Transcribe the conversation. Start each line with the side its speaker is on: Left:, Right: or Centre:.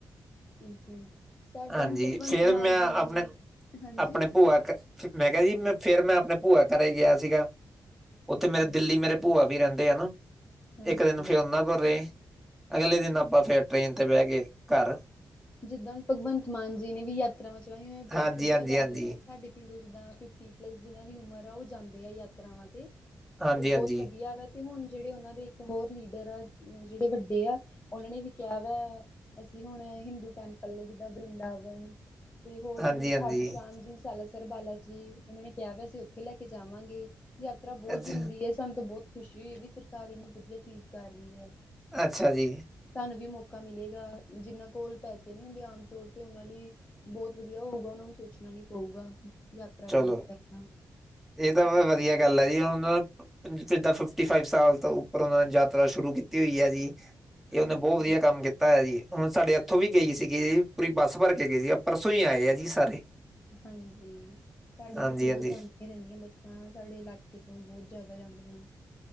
Left: ਹੂੰ-ਹੂੰ ਸਾਡੇ
Centre: ਹਾਂਜੀ
Left: ਹੁਣ ਭਗਵੰਤ
Centre: ਫੇਰ
Left: ਮਾਨ
Centre: ਮੈਂ
Left: ਜੀ ਨੇ
Centre: ਆਪਣੇ-
Left: ਹਾਂਜੀ
Centre: ਆਪਣੇ ਭੂਆ ਮੈਂ ਕਿਹਾ ਜੀ ਮੈਂ ਫੇਰ ਮੈਂ ਆਪਣੇ ਭੂਆ ਘਰੇ ਗਿਆ ਸੀਗਾ। ਉੱਥੇ
Left: ਅੱਛਾ
Centre: ਮੇਰੇ ਦਿੱਲੀ
Left: ਜੀ
Centre: ਮੇਰੇ ਭੂਆ ਵੀ ਰਹਿੰਦੇ ਐ ਨਾ।
Left: ਹਾਂਜੀ
Centre: ਇੱਕ ਦਿਨ ਫੇਰ ਉਹਨਾਂ ਕੋਲ ਰਹੇ, ਅਗਲੇ ਦਿਨ ਆਪਾਂ ਫੇਰ ਟ੍ਰੇਨ ਤੇ ਬਹਿ ਗਏ ਘਰ
Left: ਜਿੱਦਾਂ ਹੁਣ ਭਗਵੰਤ ਮਾਨ ਜੀ ਨੇ ਵੀ ਯਾਤਰਾਵਾਂ ਚਲਾਈ ਹੋਈਆਂ ਬੋਤ
Centre: ਹਾਂਜੀ
Left: ਵਧੀਆ
Centre: ਹਾਂਜੀ
Left: ਗਾ
Centre: ਹਾਂਜੀ
Left: ਲ ਆ। ਸਾਡੇ ਪਿੰਡ ਜਿੱਦਾਂ ਫਿਫਟੀ ਪਲੱਸ ਜਿਨਾਂ ਦੀ ਉਮਰ ਆ ਉਹ ਜਾਂਦੇ ਆ ਯਾਤਰਾਵਾਂ 'ਤੇ।
Centre: ਹਾਂਜੀ
Left: ਤੇ
Centre: ਹਾਂਜੀ
Left: ਬੋਤ ਵਧੀਆ ਵਾ ਤੇ ਹੁਣ ਜਿਹੜੇ ਉਹਨਾਂ ਦੇ ਇੱਕ ਹੋਰ ਲੀਡਰ ਆ। ਜਿਹੜੇ ਵੱਡੇ ਆ ਉਹਨਾਂ ਨੇ ਵੀ ਕਿਹਾ ਵਾ ਅਸੀਂ ਹੁਣ ਹਿੰਦੂ- ਟੈਂਪਲ ਨੇ ਜਿੱਦਾਂ ਵਰਦਾਵਨ ਤੇ ਹੋਰ ਉਹਨਾਂ
Centre: ਹਾਂਜੀ
Left: ਨੇ ਖਾਟੂ
Centre: ਹਾਂਜੀ
Left: ਸ਼ਾਮ ਜੀ ਸ- ਬਾਲਾ ਜੀ ਉਹਨਾਂ ਨੇ ਕਿਹਾ ਵਾ ਅਸੀਂ ਉੱਥੇ ਲੈ ਕੇ ਜਾਵਾਂਗੇ ਯਾਤਰਾ ਬੋਤ
Centre: ਅੱਛਾ
Left: ਜ਼ਰੂਰੀ ਹੈ ਸਾਨੂੰ ਤੋਂ ਬੋਤ, ਖੁਸ਼ੀ ਹੋਈ ਹੈ ਵੀ ਸਰਕਾਰ ਇੰਨੀ ਵਧੀਆ ਚੀਜ਼ ਕਰ ਰਹੀ ਐ।
Centre: ਅੱਛਾ ਜੀ।
Left: ਸਾਨੂੰ ਵੀ ਮੌਕਾ ਮਿਲੇਗਾ ਜਿਹਨਾਂ ਕੋਲ ਪੈਸੇ ਨਈ ਹੁੰਦੇ ਆਮ ਤੌਰ ਤੇ ਉਹਨਾਂ ਲਈ, ਬੋਤ ਵਧੀਆ ਹੋਊਗਾ ਉਹਨਾਂ ਨੂੰ ਸੋਚਣਾ ਨੀ ਪਊਗਾ ਯਾਤਰਾ ਕਰਨ
Centre: ਚਲੋ
Left: ਤ ਪਹਿਲਾਂ।
Centre: ਇਹ ਤਾਂ ਬੋ ਵਧੀਆ ਗੱਲ ਹੈ ਜੀ ਹੁਣ। ਜਦਾਂ ਫਿਫਟੀ ਫਾਈਵ ਸਾਲ ਤੋਂ ਉੱਪਰ ਉਹਨਾਂ ਨੇ ਯਾਤਰਾ ਸ਼ੁਰੂ ਕੀਤੀ ਹੋਈ ਹੈ ਜੀ। ਇਹ
Left: ਹਾਂਜੀ
Centre: ਉਹਨੇ ਬੋਤ ਵਧੀਆ ਕੰਮ ਕੀਤਾ ਤਾ ਜੀ ਹੁਣ ਸਾਡੇ ਇੱਥੋਂ ਵੀ ਗਈ ਸੀਗੀ ਪੂਰੀ ਬੱਸ ਭਰ ਕੇ ਗਈ ਸੀ ਆ ਪਰਸੋਂ ਈ ਆਏ ਆ ਜੀ ਸਾਰੇ।
Left: ਹਾਂਜੀ ਸਾਡੇ
Centre: ਹਾਂਜੀ
Left: ਵੀ ਪੇਡੋ
Centre: ਹਾਂਜੀ
Left: ਜਾਂ- ਰਹਿੰਦੀਆਂ ਬੱਸਾਂ ਸਾਡੇ ਇਲਾਕੇ ਤੋਂ ਬੋਤ ਜਾਦਾ ਜਾਂਦੀਆਂ।